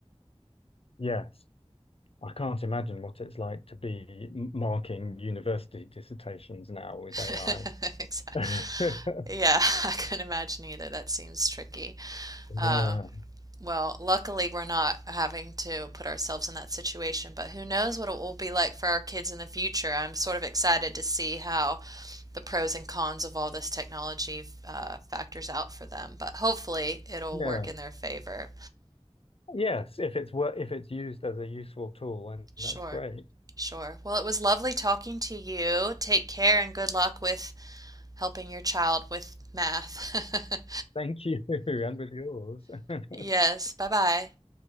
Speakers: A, on the left; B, on the right.
A: Yes. I can't imagine what it's like to be m- marking university dissertations now with
B: <laughs>
A: AI.
B: Exactly.
A: <laughs>
B: Yeah, <laughs> I can not imagine either. That seems tricky.
A: Yeah.
B: Uh, well, luckily, we're not having to put ourselves in that situation, but who knows what it will be like for our kids in the future. I'm sort of excited to see how the pros and cons of all this technology uh, factors out for them, but hopefully it'll
A: Yeah.
B: work in their favor.
A: Yes. If it's wor if it's used as a useful tool, and
B: Sure,
A: that's great.
B: sure. Well, it was lovely talking to you. Take care and good luck with helping your child with math. <laughs>
A: Thank you. <laughs> And with yours. <laughs>
B: Yes, bye bye.